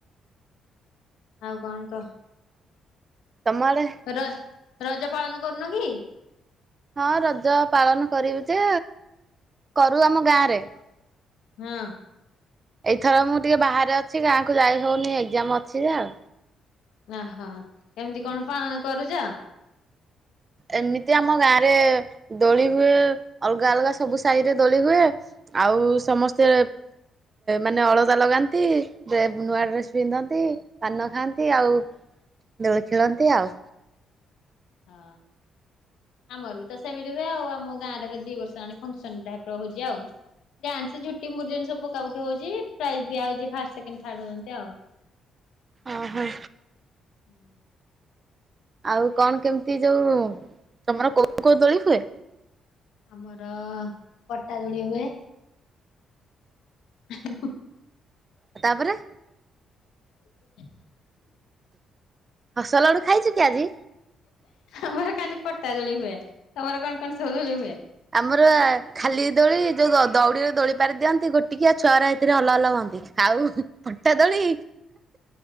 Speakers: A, on the left; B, on the right.
A: ଆଉ କଣ କହ?
B: ତମ ଆଡ଼େ?
A: ର ରଜ ପାଳନ କରୁନ କି?
B: ହଁ ରଜ ପାଳନ କରିବୁ ଯେ କରୁ ଆମ ଗାଁରେ
A: ହୁଁ।
B: ଏଇଥର ମୁଁ ଟିକେ ବାହାରେ ଅଛି ଗାଁକୁ ଯାଇ ହଉନି ଏକଜାମ ଅଛି ଆଉ।
A: ନା ହ କେମିତି କଣ ପାଳନ କରୁଚ?
B: ଏମିତି ଆମ ଗାଁ ରେ ଦୋଳି ହୁଏ ଅଲଗା ଅଲଗା ସବୁ ସାଇରେ ଦୋଳି ହୁଏ। ଆଉ ସମସ୍ତେ ମାନେ ଅଳତା ଲଗାନ୍ତି। ନୂଆ ଡ୍ରେସ୍ ପିନ୍ଧନ୍ତି ପାନ ଖାଆନ୍ତି ଆଉ ଦୋଳିଖେଳନ୍ତି ଆଉ
A: ହଁ। ଆମର ବି ତ ସେମିତି ହୁଏ ଆଉ ଆମ ଗାଁରେ ହେଲେ ଦି ବର୍ଷ ହେଲାଣିଫଙ୍କସନ୍ ଟାଇପି ହେଉଚି ଆଉ। ଡ୍ୟାନ୍ସ ଝେଟି ମୁରୁଜ ଏମିତି ସବୁ ପକା ପୁକି ହେଉଚି ପ୍ରାଇଜ ଦିଆ ହେଉଚି ଯିଏ ଫାର୍ଷ୍ଟ ସେକେଣ୍ଡ ଥାର୍ଡ ହୋଉଚନ୍ତି ଆଉ।
B: ଅ ହ।
A: ହୁଁ
B: ଆଉ କଣ କେମିତି ଯୋଉ ତମର କୋଉ କୋଉ ଦୋଳି ହୁଏ?
A: ଆମର ପଟା ଦୋଳି ହୁଏ। ହ
B: ଆ ତାପରେ?
A: ଆ <unintelligible>
B: ହସ ଲଡ଼ୁ ଖାଇଚୁ କି ଆଜି?
A: ଆମର ଖାଲି ପଟା ଦୋଳି ହୁଏ ତମର କଣ କଣ ସବୁ ଦୋଳି ହୁଏ?
B: ଆମର ଖାଲି ଦୋଳି ଯୋଉ ଦଉଡିରେ ଦୋଳି ପାରି ଦିଅନ୍ତି ଗୋଟିକିିଆ ଛୁଆଗୁରା ହେଇଥିରେ ହଲହଲ ହୁଅନ୍ତି। ଆଉ ପଟା ଦୋଳି